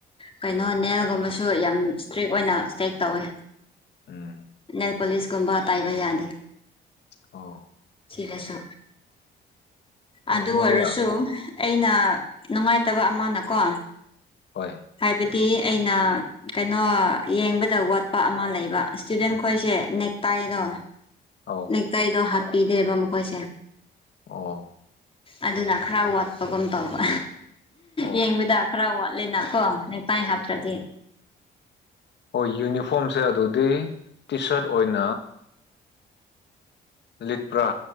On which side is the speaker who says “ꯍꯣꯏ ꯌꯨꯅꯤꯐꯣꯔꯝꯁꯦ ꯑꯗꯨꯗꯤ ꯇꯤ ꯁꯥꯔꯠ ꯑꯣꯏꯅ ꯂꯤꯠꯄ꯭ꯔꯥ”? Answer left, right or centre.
Left